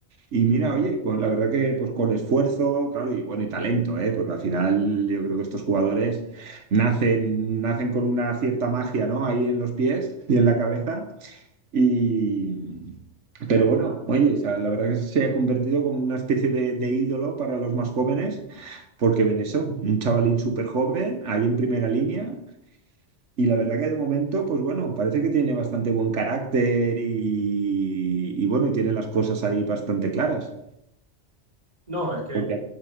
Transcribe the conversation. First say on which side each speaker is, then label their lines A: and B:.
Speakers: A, on the right; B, on the right.
A: Y mira, oye, pues la verdad que pues con esfuerzo, claro, y bueno, y talento, ¿eh? Porque al final yo creo que estos jugadores nacen, nacen con una cierta magia, ¿no? Ahí en los pies y en la cabeza. Y, pero bueno, oye, o sea, la verdad que se ha convertido como una especie de, de ídolo para los más jóvenes, porque ven eso, un chavalín súper joven, ahí en primera línea, y la verdad que de momento, pues bueno, parece que tiene bastante buen carácter y, y bueno, y tiene las cosas ahí bastante claras.
B: No, es que
A: Porque,
B: eh,